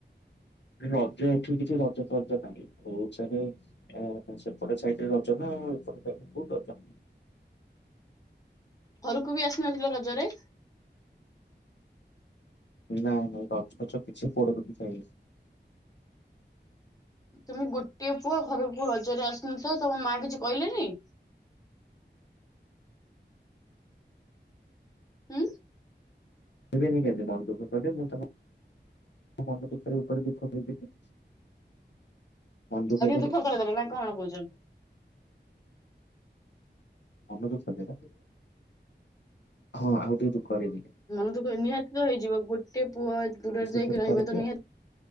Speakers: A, on the left (about 70°); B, on the left (about 20°).
A: ରଜ ଏଠି କିଛି ରଜ ଫଜ <unintelligible> <unintelligible> ସେପଟେ ସାଇଟରେ ରଜ ନା ଆଉ ଏପଟ ସାଇଟରେ କୋଉଠି ରଜ।
B: ଘରୁକୁ ବି ଆସିନଥିଲ ରଜରେ।
A: ନାଇଁ ନାଇଁ ରଜ ଫଜ କିଛି ପୋଡୋ <unintelligible>
B: ତୁମେ ଗୋଟିଏ ପୁଅ ଘରକୁ ରଜରେ ଆସିନଥିଲ ତମ ମା କିଛି କହିଲେନି। ହୁଁ
A: କହିବେନି କେନ୍ତି ମନ ଦୁଃଖ କାଲେ ମୁଁ <unintelligible> ଅ ମନ ଦୁଖରେ <unintelligible> ଦୁଃଖ <unintelligible> ମନ
B: ଆଉ ଟିକେ
A: କଲେ
B: ଦୁଃଖ କରେଇଦେଲ ନା କଣ କୋହୁଚ।
A: ମନ ଦୁଃଖ <unintelligible> ହଁ ଆଉ ଟିକେ <unintelligible>
B: ମନେ ଦୁଃଖ ନିହାତି ତ ହେଇଯିବ ଗୋଟେ ପୁଅ ଦୂରରେ
A: ବେଶୀ
B: ଯାଇକି
A: ଦୁଃଖ
B: ରହିବ
A: କରେଇଲି
B: ତ ନିହା